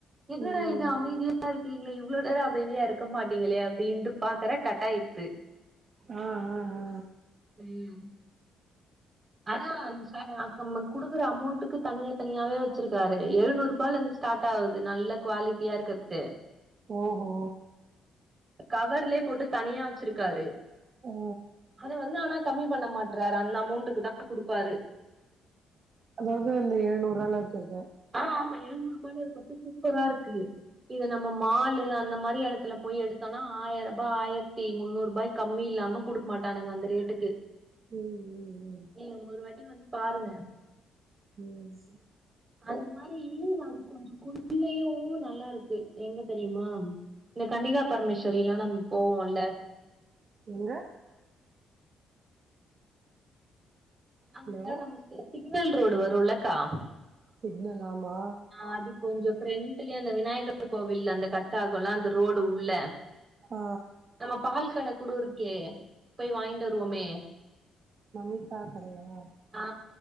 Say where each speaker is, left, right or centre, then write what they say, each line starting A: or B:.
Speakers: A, on the right; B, on the right.
A: என்னடா
B: ம்
A: இது அமைதியா இருக் நீங்களே இவ்ளோ நேரோ அமைதியா இருக்க மாட்டீங்களே அப்டிட்டு பாக்குறே கட்டாயிர்ச்சி
B: ஆ ஆ ஆ
A: ம் அதா அந்த சார் நம்மளுக்கு குடுக்குற அமௌண்ட்க்கு தனியா தனியாவே வச்சிருக்காரு எழுநூறு ரூபாய்ல இருந்து ஸ்டார்ட் ஆகுது நல்ல குவாலிட்டியா இருக்றது
B: ஓஹோ
A: கவர்லயே போட்டு தனியா வச்சிருக்காரு
B: ஆ
A: அத வந்து ஆனா கம்மி பண்ண மாட்றாரு அந்த அமௌண்ட்டக்கு தா குடுப்பாரு
B: அந்த இது வந்து ஏழுநூறுவால இருக்றது
A: ஆ ஆமா எழுநூறு ரூபால இருக்கர்து சூப்பரா இருக்கு இது நம்ம மால் அந்த மாரி எடத்துல போய் எடுத்தோன்னா ஆயிர ரூபா ஆயிரத்தி முந்நூறு ரூபாய்க்கு கம்மி இல்லாம குடுக்க மாட்டானுங்க அந்த ரேட்டுக்கு
B: ம் ம்
A: நீங்க ஒரு வாட்டி வந்து பாருங்க
B: ம் செரி
A: அது மாரி அது கொஞ்சோ குள்ளையு நல்லா இருக்கு எங்க தெரியுமா இந்த கன்னிகா பரமேஸ்வரில்லா நம்ம போவோல்ல
B: எங்க
A: அங்க
B: ஹலோ
A: நம்ம சிக்னல் ரோடு வரு இல்லக்கா
B: சிக்னல் ஆமா
A: அது கொஞ்சோ ஃப்ரெண்ட்ல அந்த விநாயகர் கோவில் அந்த கட் ஆகுல்ல அந்த ரோடு உள்ள
B: ஆ
A: நம்ம பால் கட கூட இருக்கே போய் வாங்கிட்டு வருவோமே
B: அக்கா கடையா
A: ஆ